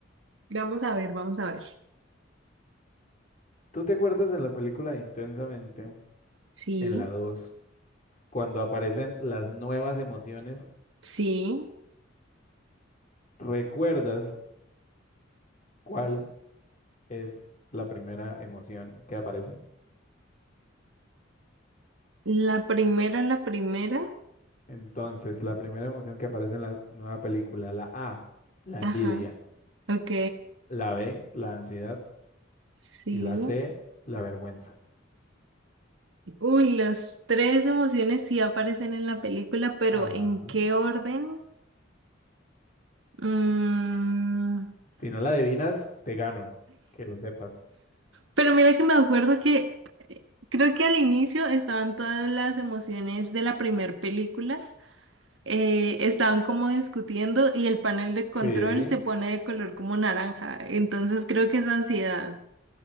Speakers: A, on the right; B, on the left.
A: Vamos a ver, vamos a ver.
B: ¿Tú te acuerdas en la película de Intensamente?
A: sí,
B: en la dos cuando aparecen las nuevas emociones,
A: sí.
B: ¿recuerdas cuál es la primera emoción que aparece?
A: La primera, la primera.
B: Entonces, la primera emoción que aparece en la nueva película, la A, la
A: Ajá,
B: envidia,
A: ok,
B: la B, la ansiedad
A: sí.
B: y la C, la vergüenza.
A: Uy, las tres emociones sí aparecen en la película, pero
B: Ajá.
A: ¿en qué orden? Mm,
B: Si no la adivinas, te gano, que lo sepas.
A: Pero mira que me acuerdo que eh, creo que al inicio estaban todas las emociones de la primer película, eh, estaban como discutiendo y el panel de control
B: Sí.
A: se pone de color como naranja, entonces creo que es ansiedad.